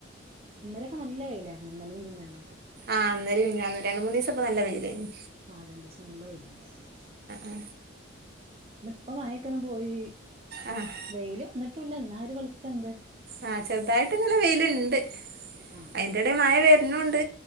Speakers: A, on the right; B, on the right.
A: ഇന്നലൊക്കെ നല്ല വെയിലാരുന്നു ഇന്നലേം മിനിഞാന്നൊക്കെ
B: ആഹ് ഇന്നലെയും മിനിഞ്ഞാന്ന് രണ്ട് മൂന്ന് ദിവസം പ്പൊ നല്ല വയിലായിന്
A: ആഹ് രണ്ടു ദിവസം നല്ല വെയിലല്ലാരൂന്ന്
B: ആ
A: ഇന്ന്പ്പ മയയൊക്കൊ ഒന്ന് പോയി
B: ആ ആ
A: വെയില് വന്നിട്ടുംല്ല എന്നര് വെളിച്ചണ്ട്
B: ആഹ് ചെറുതായിട്ട്ങ്ങനെ വെയ്ല്ണ്ട്
A: ആ
B: അയിന്റെടേ മയ വെര്നൂണ്ട്.